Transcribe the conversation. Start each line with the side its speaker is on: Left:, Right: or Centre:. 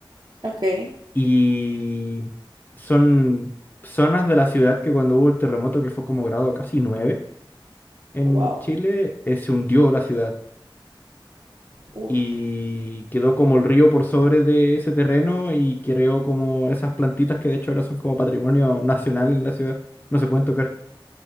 Right: Ok,
Left: Y son zonas de la ciudad que cuando hubo el terremoto, que fue como grado casi 9 en
Right: wow.
Left: Chile, eh, se hundió la ciudad.
Right: Uf.
Left: y quedó como el río por sobre de ese terreno y creó como esas plantitas que de hecho ahora son como patrimonio nacional en la ciudad. No se pueden tocar